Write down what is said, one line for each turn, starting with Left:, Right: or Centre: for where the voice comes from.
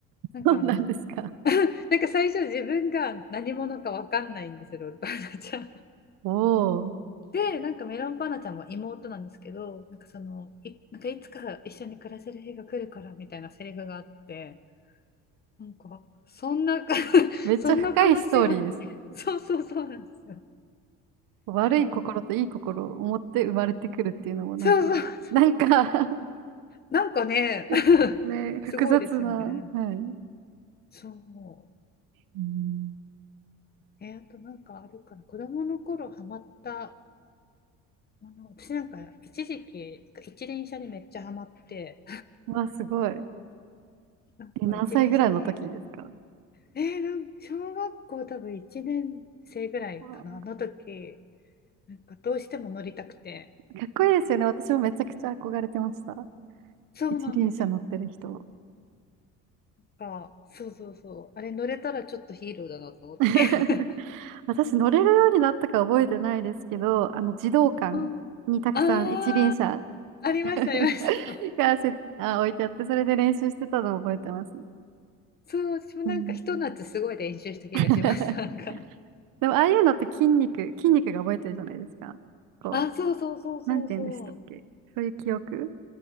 Left: なんかあの
Right: そうなんですか。
Left: なんか最初自分が何者か分かんないんですよオールパンナちゃん。<laughs>
Right: おお、
Left: でなんかメロンパンナちゃんも妹なんですけどなんかそのいなんかいつか一緒に暮らせる日が来るからみたいなセリフがあってなんかそんな <laughs>
Right: めっちゃ深いストーリーですね。
Left: そんな悲しいは <laughs> そうそうそうなんですよ。
Right: 悪い心といい心を持って生まれてくるっていうのもなんか、
Left: このそうそうそう
Right: なんか
Left: なんかね、<laughs>
Right: <laughs> ね、複雑な、
Left: すごいですよね。
Right: はい。
Left: そう。
Right: うん
Left: え、あとなんかあるかな。子供の頃ハマったもの、私なんか一時期一輪車にめっちゃハマって、
Right: わあ、すごい。
Left: なんか一輪車に、
Right: え、何歳ぐらいの時ですか
Left: えーなん小学校多分1年生ぐらいかな、
Right: わ
Left: の時、なんかどうしても乗りたくて。
Right: あかっこいいですよね。私もめちゃくちゃ憧れてました。
Left: そうなんですよ。
Right: 一輪車乗ってる人。
Left: なんか、そうそうそう。あれ乗れたらちょっとヒーローだなと思って。
Right: <laughs>
Left: <laughs>
Right: 私乗れるようになったか覚えてないですけど、あの、児童館にたくさん一輪車
Left: うんああ、ありました、ありました。
Right: <laughs> がせ、あ、置いてあって、それで練習してたのを覚えてますね。
Left: そう、私もなんかひと夏すごい練習した気がします。
Right: うん <laughs>
Left: <laughs> なんか、
Right: でも、ああいうのって筋肉、筋肉が覚えてるじゃないですか。こ
Left: あ、そうそうそうそうそう。
Right: う、なんて言うんでしたっけそういう記憶